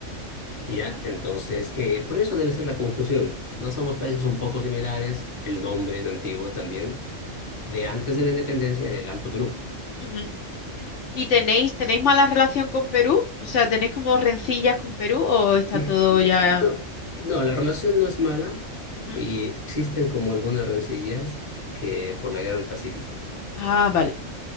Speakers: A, on the left; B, on the left.
A: Ya, entonces, eh, por eso debe ser la confusión. No somos países un poco similares, el nombre es antiguo también. De antes de la independencia era el Alto Perú.
B: Ujú, ujú. ¿Y tenéis, tenéis mala relación con Perú? O sea, ¿tenéis como rencillas con Perú o está
A: Este,
B: todo ya?
A: No, no, la relación no es mala
B: Ujú.
A: y existen como algunas rencillas eh, por la guerra del Pacífico.
B: Ah, vale.